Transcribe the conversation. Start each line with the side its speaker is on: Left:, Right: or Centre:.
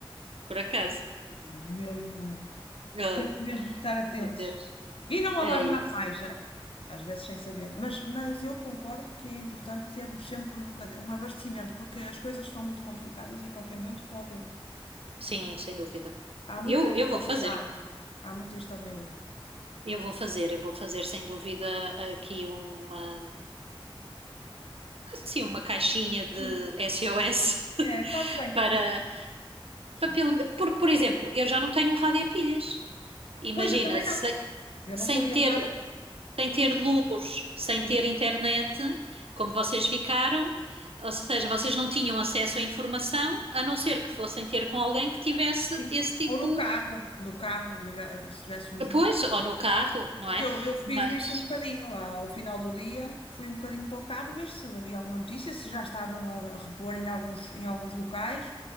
Right: por acaso.
Left: Mesmo,
Right: Olha,
Left: temos mesmo que estar atentos.
Right: meu Deus,
Left: E não alarmar
Right: é isso.
Left: mais, já às vezes sem saber. Mas, mas eu concordo que é importante termos sempre um bocadinho, um abastecimento, porque as coisas estão muito complicadas e a qualquer momento pode.
Right: Sim, sem dúvida.
Left: Há muita
Right: Eu, eu
Left: instabilidade.
Right: vou fazer.
Left: Há muita instabilidade.
Right: Eu vou fazer, eu vou fazer sem dúvida aqui uma, assim, uma caixinha de
Left: Sim,
Right: SOS
Left: é, fazes
Right: <laughs>
Left: bem, porque.
Right: para,
Left: Sim.
Right: para pelo- porque, por exemplo, eu já não tenho um rádio a pilhas. Imagina,
Left: Pois eu também
Right: se-
Left: não. Eu
Right: sem
Left: não sabia
Right: ter,
Left: de nada.
Right: sem ter
Left: Não,
Right: luz, sem
Left: sim,
Right: ter internet, como vocês ficaram, ou seja, vocês não tinham acesso à informação, a não ser que fossem ter com alguém que tivesse
Left: sim.
Right: esse tipo,
Left: Ou no carro, no carro, liga- se estivéssemos no.
Right: pois, ou no carro, não
Left: Porque
Right: é?
Left: eu, eu fiz
Right: Mas,
Left: isso um bocadinho lá ao final do dia, fui um bocadinho para o carro ver se havia alguma notícia, se já estavam a, a repor em alguns, em alguns locais,